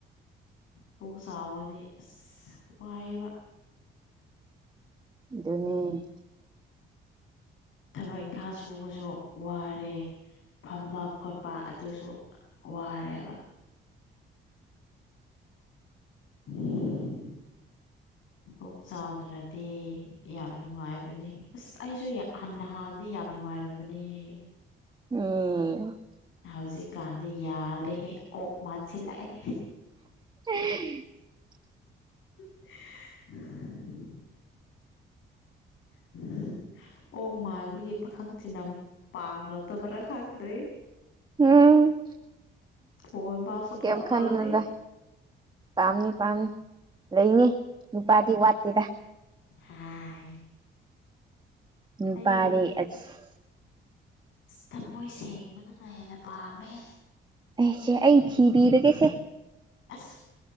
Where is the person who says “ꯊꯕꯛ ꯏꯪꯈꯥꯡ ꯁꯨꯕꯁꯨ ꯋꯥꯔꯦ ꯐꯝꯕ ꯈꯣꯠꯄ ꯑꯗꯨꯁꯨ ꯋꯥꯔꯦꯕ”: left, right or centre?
Left